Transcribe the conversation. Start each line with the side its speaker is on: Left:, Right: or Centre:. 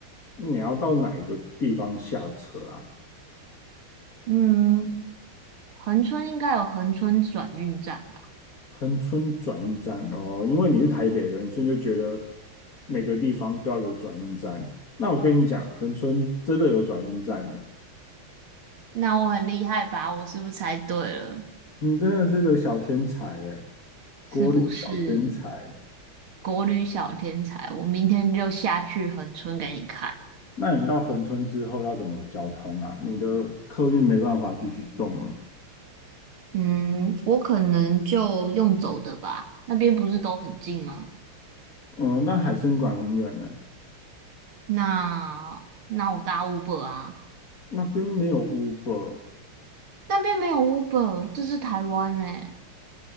Left: 你要到哪一个地方下车啊？
Right: 嗯，恒春应该有恒春转运站吧？
Left: 恒春转运站哦，因为你是台北人，所以就觉得每个地方都要有转运站。那我跟你讲，恒春真的有转运站呢，
Right: 那我很厉害吧？我是不是猜对了？
Left: 你真的是个小天才耶，
Right: 是不是
Left: 国旅小天才。
Right: 国旅小天才？我明天就下去恒春给你看。
Left: 那你到恒春之后要怎么交通啊？你的客运没办法继续动了。
Right: 嗯，我可能就用走的吧，那边不是都很近吗？
Left: 嗯，那海参馆很远呢，
Right: 那那我搭 Uber 啊，
Left: 那边没有 Uber，
Right: 那边没有 Uber，这是台湾诶、